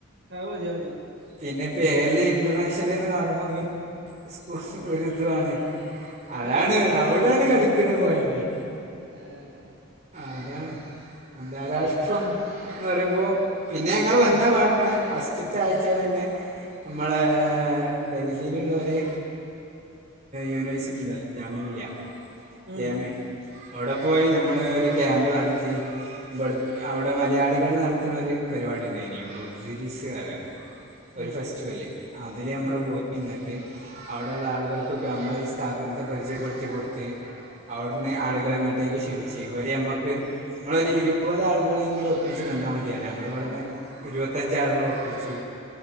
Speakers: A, on the right; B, on the right.
A: അ അത് മതി മതി
B: പിന്നെ പേര്ല് ഇന്റർനാഷല്ന്ന് കാണുമ്പോ പി ഉഫ് ഒരുതാണ് അതാണ്
A: ഹൈ.
B: അവിടേണ് കടിക്കണെ പോയന്റെ
A: എആ
B: അതാണ് അന്താരാഷ്ട്രം ന്ന് പറയുമ്പോ പിന്നെ ഞങ്ങൾ വന്ന പാടന്നെ ഫസ്റ്റത്തെ ആഴ്ചേല തന്നെ നമ്മളെ ഡൽഹിൽ ഒര് യൂണിവേഴ്സിറ്റി ഉണ്ടല്ലോ ജാമിമില്യ
A: ഉം
B: ജയമൈ അവിടെ പോയി നമ്മള് ഒരു ക്യാമ്പ് നടത്തി ഇവി, അവിടെ മലയാളികൾ നടത്തുന്നൊരു ഒരു പരിപാടി ഉണ്ടായിനി മുദ് രിസ്റയും. ഒരു
A: ഉം
B: ഫെസ്റ്റിവല് അതില് നമ്മള്
A: ഉം
B: പോ എന്നിട്ട് അവിടെ ഉള്ള ആളുകൾക്കൊക്കെ നമ്മളെ ഈ സ്ഥാപനത്തെ പരിചയപ്പെടുത്തി കൊടുത്ത് അവിടുന്ന് ആളുകളെ ഇങ്ങോട്ടേക്ക് ക്ഷണിച്ചു ഇവര് ഞമ്മക്ക് നമ്മളൊരു ഇരുപത് ആളുകളെങ്കിലും ഒപ്പിച്ച് തന്നാ മതിയാന് നമ്മള് പറഞ്ഞ് ഇരുപത്തഞ്ച്ആളുകൾ ഒപ്പിച്ചു